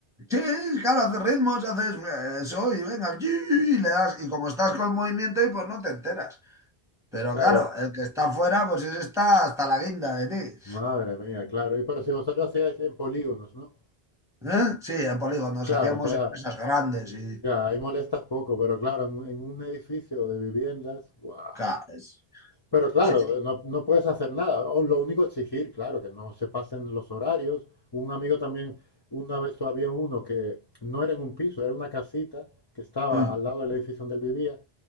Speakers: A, in the centre; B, on the left (about 30°).
A: Chi, claro, haces ritmos, haces eh, eso y venga, chi, y le das. Y como estás con movimiento y pues no te enteras. Pero
B: Claro.
A: claro, el que está fuera, pues ese está hasta la guinda de ti.
B: Madre mía, claro. Y pero si vosotros hacíais en polígonos, ¿no?
A: ¿Eh? Sí, en polígonos
B: Claro,
A: hacíamos
B: entonces
A: empresas grandes y...
B: ya, ya, ahí molestas poco, pero claro, en, un en un edificio de viviendas, ¡guau!
A: Claro, es-
B: Pero claro,
A: Sí, sí,
B: no, no puedes hacer nada. O lo único exigir, claro, que no se pasen los horarios. Un amigo también, una vez había uno que no era en un piso, era una casita que estaba
A: eh,
B: al lado del edificio donde él vivía,